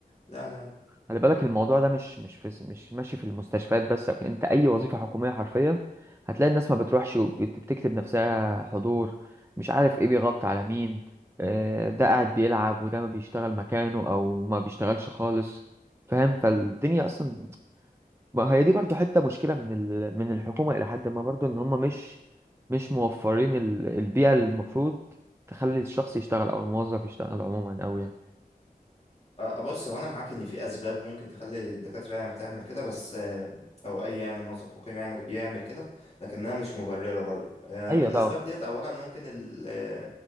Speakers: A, on the left (about 40°); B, on the right (about 15°).
A: لا لا لا
B: خلي بالك الموضوع ده مش مش في مش ماشي في المستشفيات بس أو كده. انت اي وظيفه حكوميه حرفيا هتلاقي الناس ما بتروحش وبتكتب نفسها حضور مش عارف ايه بيغطي على مين آه، ده قاعد بيلعب وده ما بيشتغل مكانه او ما بيشتغلش خالص فاهم فالدنيا اصلا ما هي دي برضو حته مشكله من ال... من الحكومه الى حد ما برضو ان هم مش مش موفرين ال... البيئه اللي المفروض تخلي الشخص يشتغل او الموظف يشتغل عموما أوي يعني
A: آه، بص هو انا معاك ان في اسباب ممكن تخلي الدكاتره يعني تعمل كده بس آه، او اي يعني موظف حكومي يعمل يعمل كده لكنها مش مبرره برضو آه،
B: ايوه
A: من الاسباب
B: طبعا
A: ديت اولا ممكن ال- آه،